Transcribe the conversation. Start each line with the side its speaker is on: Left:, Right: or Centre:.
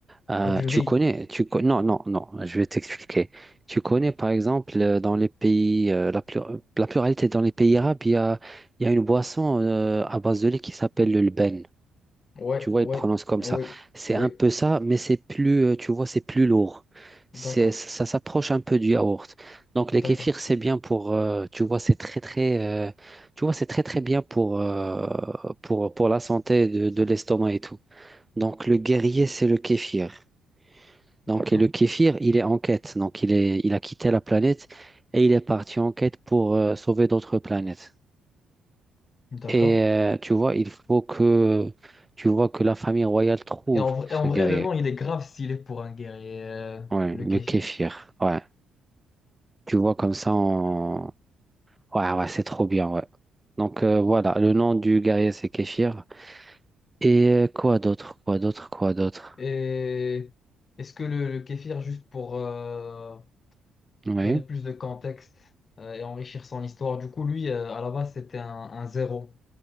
Right: euh,
Left: Ah, du
Right: tu
Left: riz.
Right: connais, tu con- non, non, non, je vais t'expliquer. Tu connais, par exemple, euh, dans les pays, euh, la, plu- la pluralité dans les pays arabes, il y a, il y a une boisson, euh, à base de lait qui s'appelle le lben.
Left: Ouais,
Right: Tu vois,
Left: ouais,
Right: ils prononcent comme
Left: oui,
Right: ça. C'est
Left: oui.
Right: un peu ça, mais c'est plus, euh, tu vois, c'est plus lourd. C'est,
Left: D'accord,
Right: ça s'approche un peu du yaourt. Donc, les
Left: d'accord,
Right: kéfirs, c'est bien pour, euh, tu vois, c'est très, très, euh, tu vois, c'est très, très bien pour, euh, pour, pour la santé de, de
Left: d'accord,
Right: l'estomac et tout. Donc, le guerrier, c'est le kéfir. Donc,
Left: d'accord,
Right: et le kéfir, il est en quête. Donc, il est, il a quitté la planète et il est parti en quête pour, euh, sauver d'autres planètes.
Left: d'accord.
Right: Et, euh, tu vois, il faut que, tu vois, que la famille royale trouve
Left: Et en, vrai-
Right: ce
Left: et en
Right: guerrier.
Left: vrai, le nom, il est grave s'il est pour un guerrier, euh,
Right: Ouais,
Left: le
Right: le
Left: kéfir.
Right: kéfir. Ouais. Tu vois comme ça on... Ouais, ouais, c'est trop bien, ouais. Donc euh, voilà, le nom du guerrier c'est kéfir. Et euh, quoi d'autre? Quoi d'autre? Quoi d'autre?
Left: Et est-ce que le, le kéfir, juste pour, euh,
Right: Oui.
Left: donner plus de contexte euh, et enrichir son histoire. Du coup, lui, euh, à la base, c'était un, un zéro.